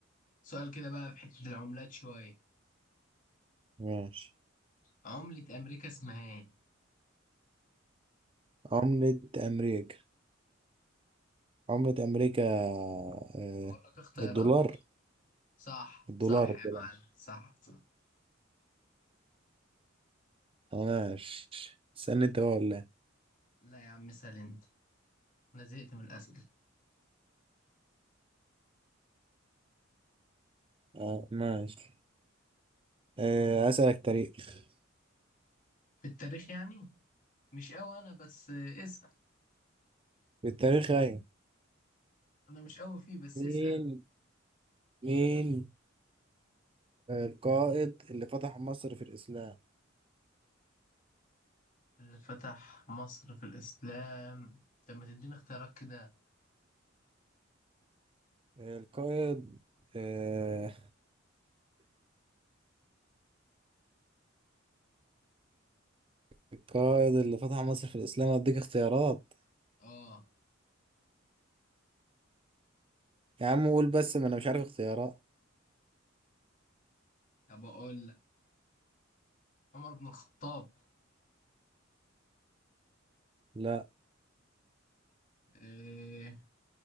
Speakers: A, on the left; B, on the right.
A: سؤال كده بقى في حتة العملات شوية
B: ماشي
A: عملة أمريكا اسمها إيه؟
B: عملة أمريكا عملة أمريكا آه.
A: هقول لك اختيارات
B: الدولار
A: صح
B: الدولار
A: صح
B: الدولار
A: يا معلم صح صح
B: ماشي استنى أنت بقى ولا إيه؟
A: لا يا عم اسأل أنت أنا زهقت من الأسئلة
B: آه. ماشي آه. أسألك تاريخ
A: في التاريخ يعني مش قوي أنا بس اسأل
B: التاريخ أيوة
A: أنا مش قوي فيه بس
B: مين
A: اسأل
B: مين القائد اللي فتح مصر في الإسلام
A: اللي فتح مصر في الإسلام طب ما تديني اختيارات كده
B: القائد آه، القائد اللي فتح مصر في الإسلام أديك اختيارات
A: آه
B: يا عم قول بس ما أنا مش عارف اختيارات
A: طب أقول لك عمر بن الخطاب
B: لا
A: إيه